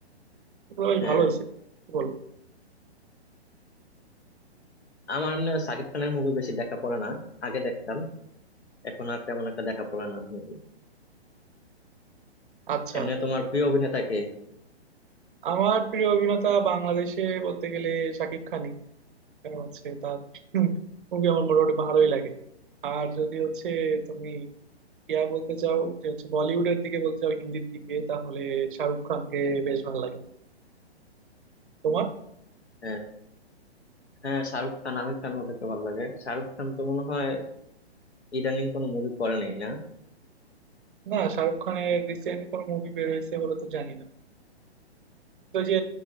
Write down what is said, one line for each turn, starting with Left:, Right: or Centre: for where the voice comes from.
Right: এগুলো বেশ
Left: হ্যাঁ
Right: ভালো হয়েছে কি বল
Left: আমার না সাকিব খানের মুভি বেশি দেখা পড়ে না আগে দেখতাম এখন আর তেমন একটা দেখা পড়ে না মুভি
Right: আচ্ছা
Left: এমনি তোমার প্রিয় অভিনেতা কে
Right: আমার প্রিয় অভিনেতা বাংলাদেশে বলতে গেলে শাকিব খানই কারণ হচ্ছে তার মুভি আমার মোটামুটি ভালোই লাগে আর যদি হচ্ছে তুমি ইয়া বলতে চাও যে হচ্ছে বলিউডের দিকে বলতে চাও হিন্দির দিকে তাহলে শাহরুখ খানকে বেশ ভালো লাগে আমার। তোমার
Left: আহ, হ্যাঁ শাহরুখ খান আমির খান ওদেরকে ভালো লাগে শাহরুখ খান তো মনে হয় ইদানিং কোনো মুভি করে নেই না
Right: না শাহরুখ খানের রিসেন্ট কোন মুভি বের হয়েছে বলে তো জানি না তো যে